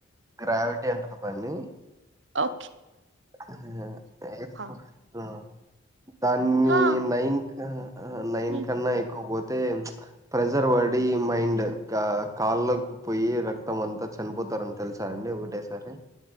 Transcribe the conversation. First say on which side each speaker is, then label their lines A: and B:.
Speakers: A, on the right; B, on the right.
A: గ్రావిటీ అంటరు దాన్ని
B: ఓ
A: ఆహా ఎయిర్
B: హా
A: ఫోర్ ఆ దాన్ని
B: హా
A: లైన్ కు ఆ ఆ లైన్
B: ఉమ్,
A: కన్నా ఎక్కువ పో అయితే ప్రెజర్ పడి మైండ్ కాళ్ళకి పోయి రక్తం అంతా చనిపోతారని తెలుసా అండి ఒకటే సారి